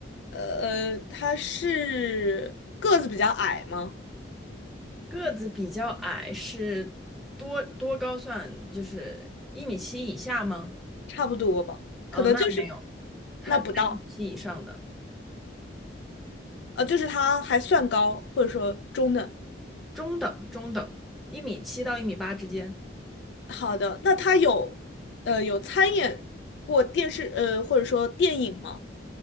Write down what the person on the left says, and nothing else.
呃，她是个子比较矮吗？
差不多吧，
可能就是
那不到，呃，就是她还算高，或者说中等。
好的，那她有呃有参演过电视呃或者说电影吗？